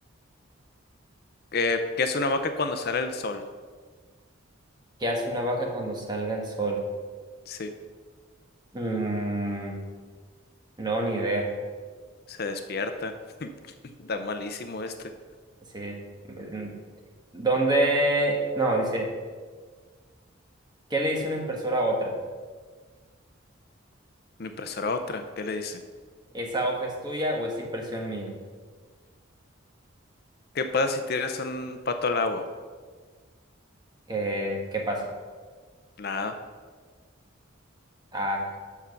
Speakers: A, on the left; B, on the right.
A: ¿Qué, qué es una vaca cuando sale el sol?
B: ¿Qué hace una vaca cuando salga el sol?
A: Sí,
B: Mm, no, ni idea.
A: se despierta. <laughs> Está malísimo este.
B: Sí. Mm, ¿Dónde? No, dice, ¿qué le dice una impresora a otra?
A: Una impresora otra. ¿Qué le dice?
B: ¿Esa hoja es tuya o es impresión mía?
A: ¿Qué pasa si tiras un pato al agua?
B: ¿Qué, qué pasa?
A: Nada.
B: Ah.